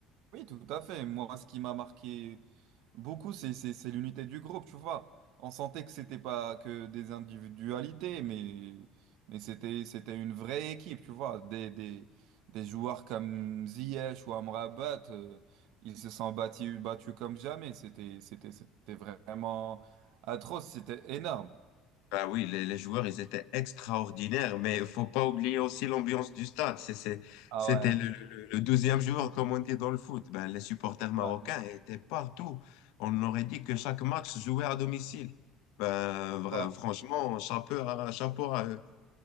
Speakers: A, on the right (about 70°); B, on the left (about 80°).
A: Oui, tout à fait. Moi, ce qui m'a marqué beaucoup, c'est c'est- c'est l'unité du groupe, tu vois. On sentait que c'était pas que des individualités, mais, mais c'était c'était une vraie équipe, tu vois. Des, des, des joueurs comme Ziyech ou Amrabat, euh, ils se sont battus, battus comme jamais. C'était c'était c'était vraiment atroce, c'était énorme.
B: Ben oui, les, les joueurs, ils étaient extraordinaires, mais il faut pas oublier aussi l'ambiance du stade. C'est, c'est-
A: Ah
B: c'était
A: ouais.
B: le, le- le deuxième jour comme on dit dans le foot. Ben, les supporters marocains
A: Ouais.
B: étaient partout. On aurait dit que chaque match se jouait à domicile. Ben, vra-
A: Ouais.
B: franchement, chapeau à, chapeau à eux.